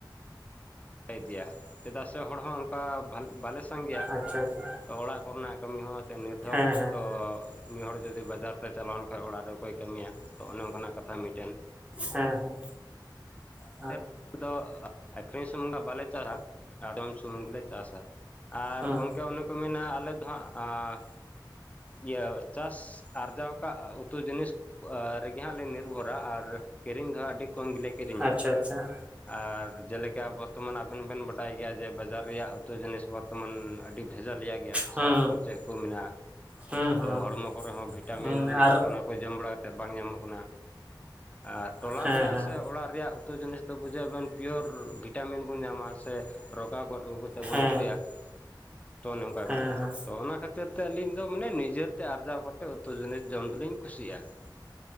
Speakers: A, on the left; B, on the right.
A: ᱤᱫᱤᱭᱟ, ᱪᱮᱫᱟᱜ ᱥᱮ ᱦᱚᱲ ᱦᱚᱸ ᱚᱱᱠᱟ ᱵᱟᱞᱮ ᱥᱟᱸᱜᱮᱭᱟ
B: ᱟᱪᱪᱷᱟ ᱟᱪᱪᱷᱟ
A: ᱛᱚ ᱚᱲᱟᱜ ᱠᱚᱨᱮᱱᱟᱜ ᱠᱟᱹᱢᱤ ᱦᱚᱸ ᱮᱱᱛᱮ ᱱᱤᱨᱫᱷᱚᱠ
B: ᱦᱮᱸ ᱦᱮᱸ
A: ᱛᱚ ᱢᱤᱫ ᱦᱚᱲ ᱡᱩᱫᱤ ᱵᱟᱡᱟᱨ ᱛᱮ ᱪᱟᱞᱟᱣᱮᱱ ᱠᱷᱟᱡᱽ ᱚᱲᱟᱜ ᱨᱮ ᱚᱠᱚᱭ ᱠᱟᱹᱢᱤᱭᱟ ᱛᱚ ᱚᱱᱮ ᱚᱱᱠᱟᱱᱟᱜ ᱠᱟᱛᱷᱟ ᱢᱤᱫᱴᱮᱱ,
B: ᱦᱮᱸ ᱦᱮᱸ ᱾
A: ᱟᱫᱷᱮᱠ ᱠᱚᱫᱚ ᱟᱠᱷᱨᱤᱧ ᱥᱩᱢᱩᱝᱟᱜ ᱫᱚ ᱵᱟᱞᱮ ᱪᱟᱨᱟ ᱟᱫ ᱡᱚᱢ ᱥᱩᱢᱩᱝᱞᱮ ᱪᱟᱥᱟ ᱟᱨ
B: ᱦᱩᱸ
A: ᱜᱚᱢᱠᱮ ᱚᱱᱮ ᱠᱚ ᱢᱮᱱᱟ ᱟᱞᱮ ᱫᱚ ᱦᱟᱸᱜᱼᱟ ᱟᱨ ᱤᱭᱟᱹ ᱪᱟᱥ ᱟᱨᱡᱟᱣ ᱠᱟᱜ ᱩᱛᱩ ᱡᱤᱱᱤᱥ <unintelligible> ᱨᱮᱜᱮ ᱦᱟᱸᱜ ᱞᱮ ᱱᱤᱨᱵᱷᱚᱨᱟ ᱟᱨ ᱠᱤᱨᱤᱧ ᱫᱚᱦᱟᱸᱜ ᱟᱹᱰᱤ ᱠᱚᱢ ᱜᱮᱞᱮ, ᱠᱤᱨᱤᱧᱟ
B: ᱟᱪᱪᱷᱟ ᱟᱪᱪᱷᱟ ᱾
A: ᱟᱨ ᱡᱮᱞᱮᱠᱟ ᱵᱚᱨᱛᱚᱢᱟᱱ, ᱟᱵᱮᱱᱵᱮᱱ ᱵᱟᱰᱟᱭ ᱜᱮᱭᱟ ᱡᱮ ᱵᱟᱡᱟᱨ ᱨᱮᱭᱟᱜ ᱩᱛᱩ ᱡᱤᱱᱤᱥ ᱵᱚᱨᱛᱚᱢᱟᱱ ᱟᱹᱰᱤ ᱵᱷᱮᱡᱟᱞᱤᱭᱟ ᱜᱮᱭᱟ ᱾
B: ᱦᱩᱸ
A: ᱥᱟᱨ ᱠᱚ ᱪᱮᱫ ᱠᱚ ᱢᱮᱱᱟᱜᱼᱟ
B: ᱦᱩᱸ
A: ᱛᱚ
B: ᱦᱩᱸ
A: ᱦᱚᱲᱢᱚ ᱠᱚᱨᱮ ᱦᱚᱸ ᱵᱷᱤᱴᱟᱢᱤᱱ
B: ᱦᱩᱸ ᱟᱨ
A: ᱚᱱᱟ ᱠᱚ ᱡᱚᱢ ᱵᱟᱲᱟ ᱠᱟᱛᱮᱫ ᱵᱟᱝ ᱧᱟᱢᱚᱜ ᱠᱟᱱᱟ ᱟᱨ ᱴᱚᱞᱟ
B: ᱦᱮᱸ
A: ᱨᱮᱭᱟᱜ
B: ᱦᱮᱸ
A: ᱥᱮ ᱚᱲᱟᱜ ᱨᱮᱭᱟᱜ ᱩ ᱼᱼ ᱛᱩ ᱡᱤᱱᱤᱥ ᱫᱚ ᱵᱩᱡᱷᱟᱹᱣ ᱵᱮᱱ ᱯᱤᱭᱳᱨ ᱵᱷᱤᱴᱟᱢᱤᱱ ᱵᱚᱱ ᱧᱟᱢᱟ ᱥᱮ ᱨᱚᱜᱟ ᱜᱚᱫ ᱟᱹᱜᱩ ᱛᱮ ᱵᱚᱱ
B: ᱦᱮᱸ
A: ᱩᱛᱩᱭᱟ ᱛᱚ ᱱᱚᱝᱠᱟ
B: ᱦᱮᱸ
A: ᱠᱟᱱᱟ
B: ᱦᱮᱸ
A: ᱛᱚ ᱚᱱᱟ ᱠᱷᱟᱹᱛ ᱼᱼ ᱠᱷᱟᱹᱛᱤᱨ ᱛᱮ ᱟᱹᱞᱤᱧ ᱫᱚ ᱢᱟᱱᱮ ᱱᱤᱡᱮᱨᱛᱮ ᱟᱨᱡᱟᱣ ᱠᱟᱛᱮ ᱩᱛᱩ ᱡᱤᱱᱤᱥ ᱡᱚᱢ ᱫᱚᱞᱤᱧ ᱠᱩᱥᱤᱭᱟᱜᱼᱟ ᱾